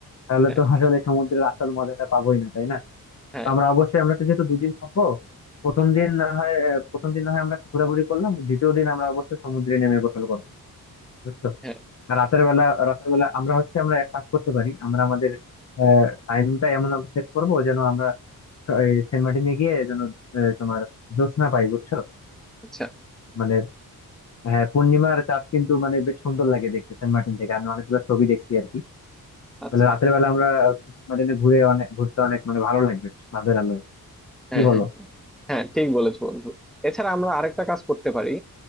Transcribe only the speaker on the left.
তাহলে
তো আসলে সমুদ্রের আসল মজাটা পাবোই না তাই না
তো আমরা অবশ্যই আমরা তো যেহেতু দুদিন থাকবো প্রথম দিন না হয় আহ, প্রথম দিন না হয় আমরা একটু ঘোরাঘুরি করলাম দ্বিতীয় দিন আমরা অবশ্যই সমুদ্রে নেমে গোসল করবো বুঝছো
আর রাতের বেলা রাতের বেলা আমরা হচ্ছে আমরা এক কাজ করতে পারি আমরা আমাদের টাইমটা এমন সেট করবো যেন আমরা এই সেন্ট মার্টিনে গিয়ে যেন আহ, তোমার জ্যোৎস্না পাই বুঝছো
মানে হ্যাঁ পূর্ণিমার চাঁদ কিন্তু মানে বেশ সুন্দর লাগে দেখতে সেন্ট মার্টিন থেকে আমি অনেকগুলো ছবি দেখছি আর কি
মানে রাতের বেলা আমরা হচ্ছে মার্টিনে ঘুরে অনেক ঘুরতে অনেক মানে ভালো লাগবে রাতের আলোয়
কি বলো